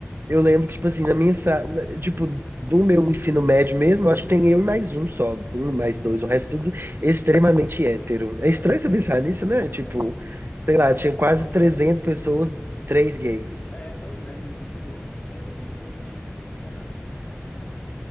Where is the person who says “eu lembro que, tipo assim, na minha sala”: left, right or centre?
Right